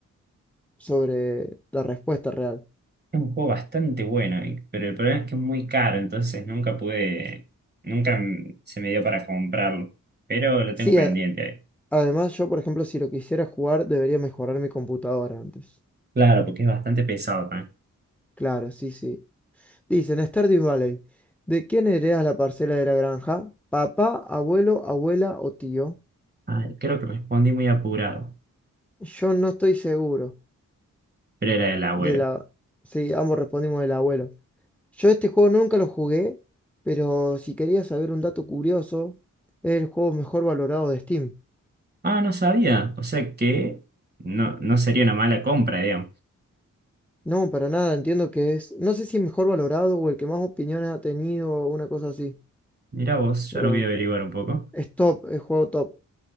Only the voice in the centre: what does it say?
sobre la respuesta real.
Sí,
a-
además yo, por ejemplo, si lo quisiera jugar, debería mejorar mi computadora antes.
Claro, sí, sí. Dicen, Stardew Valley, ¿de quién heredas la parcela de la granja? ¿Papá, abuelo, abuela o tío?
Yo no estoy seguro.
De la... Sí, ambos respondimos del abuelo. Yo este juego nunca lo jugué, pero si querías saber un dato curioso, es el juego mejor valorado de Steam.
No, para nada, entiendo que es, no sé si mejor valorado o el que más opiniones ha tenido o una cosa así,
pero
es top, es juego top.